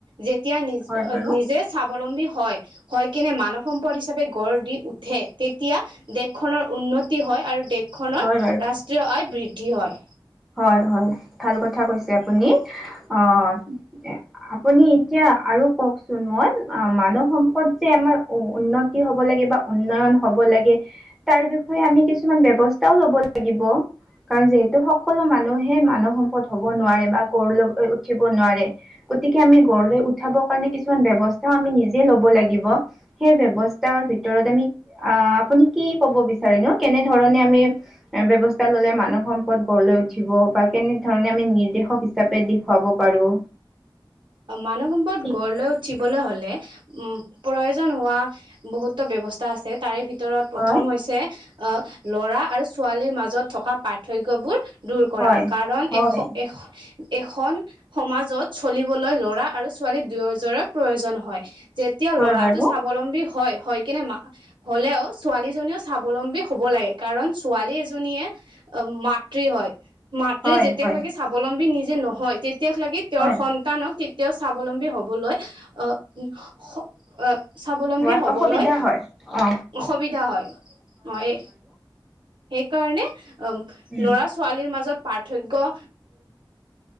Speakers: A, on the right; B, in the centre.
A: যেতিয়া নিজ,
B: হয় বাৰু
A: নিজে স্বাৱলম্বী হয়, হয় কেনে মানৱ সম পদ হিচাপে গঢ় দি উঠে, তেতিয়া দেশখনৰ উন্নতি হয়, আৰু দেশ খনৰ,
B: হয়
A: ৰাষ্ট্ৰীয় আয় বৃদ্ধি হয়।
B: হয়-হয়, ভাল কথা কৈছে আপুনি অ' আপুনি এতিয়া আৰু কওকচোন মই, আ মানৱ সম্পদ যে আমাৰ, উ উন্নত তি হ'ব লাগে বা উন্নয়ন হ'ব লাগে, তাৰ বিষয়ে, আমি কিছুমান ব্যৱস্থাও লব লাগিব কাৰণ, যিহেতু সক সকলো মানুহে মানৱ সম্পদ হ'ব নোৱাৰে, বা গঢ় লৈ উঠিব নোৱাৰে। গতিকে আমি গড়লৈ উঠাবৰ কাৰণে, কিছুমান ব্যৱস্থা আমি নিজে ল'ব লাগিব। সেই ব্যৱস্থাৰ ভিতৰত আমি, আ' আপুনি কি কব বিচাৰ নো কেনেধৰণে আমি এ ব্যৱস্থা ললে, মানৱ সম্পদ গড়লৈ উঠিব, বা কেনে ধৰণে আমি, নিৰ্দেশক হিচাপে দেখুৱাব পাৰো।
A: অ' মানৱ সম্পদ
B: ঠিক
A: গঢ় লৈ উঠিবলৈ হ'লে, উম প্ৰয়োজন হোৱা বহুতো ব্যৱস্থা আছে তাৰে ভিত ভিতৰত প্ৰথম
B: হয়
A: হৈছে, অ ল'ৰা আৰু ছোৱালীৰ মাজত থকা পাৰ্থক্যবোৰ দূৰ কৰা
B: হয়
A: কাৰণ,
B: হয়
A: এশ এ এখন সমাজত চলিব লৈ ল'ৰা আৰু ছোৱালী দুয়োজৰে প্ৰয়োজন হয়। যেতিয়া
B: হয়
A: লৰাটো
B: বাৰু
A: স্বাৱলম্বী হয়, হয় কেনে হ'লেও, ছোৱালীজনীও স্বাৱলম্বী হব লাগে কাৰণ ছোৱালী এজনীয়ে অ' মাতৃ হয়। মাতৃ
B: হয়
A: যেতিয়াকলাগি
B: হয়
A: স্বাৱলম্বী নিজে নহয়, তেতিয়াকলাগি তেওঁৰ
B: হয়
A: সন ন্তান তেতিয়াও স্বাৱলম্বী হবলৈ অ হ অ স্বাৱলম্বী
B: হোৱাত
A: হ'বলৈ,
B: অসুবিধা হয় অ
A: অসুবিধা হয়। সেইকাৰণে অ'
B: উম
A: ল'ৰা ছোৱালীৰ মাজত পাৰ্থক্য